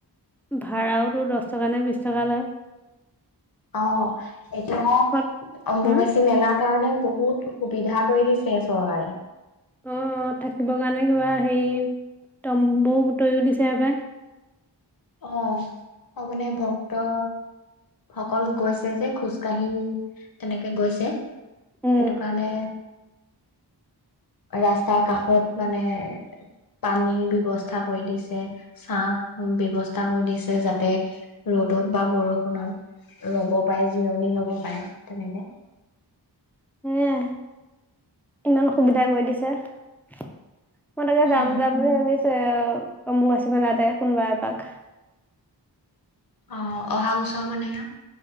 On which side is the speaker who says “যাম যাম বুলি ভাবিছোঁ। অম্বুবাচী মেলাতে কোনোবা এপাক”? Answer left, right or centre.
Centre